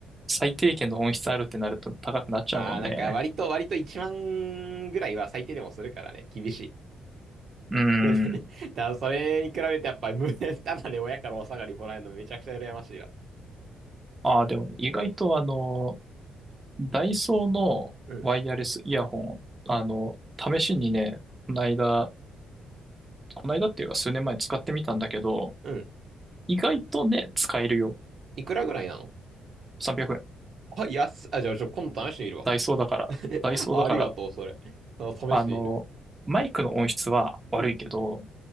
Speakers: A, on the right (about 20°); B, on the right (about 60°).
A: 最低限の音質あるってなると高くなっちゃうもんね。
B: ああ、なんか割と、割と1万ぐらいは最低でもするからね、厳しい。
A: うん。
B: <laughs> だからそれに比べてやっぱ無駄、<laughs> ただで親からお下がりもらえるのめちゃくちゃ羨ましいわ。
A: ああ、でもね、意外とあの、ダイソーのワイヤレスイヤホン、
B: うん。
A: あの、試しにね、この間、この間っていうか数年前使ってみたんだけど、
B: うん。
A: 意外とね、使えるよ。
B: いくらぐらいなの
A: 300
B: あ、安っ、あ、じゃあちょ、今度試してみるわ。
A: ダイソーだから、
B: <laughs>
A: ダイソーだから、
B: ありがとう、それ。<laughs> た試してみる。
A: あの、マイクの音質は悪いけど、
B: うん。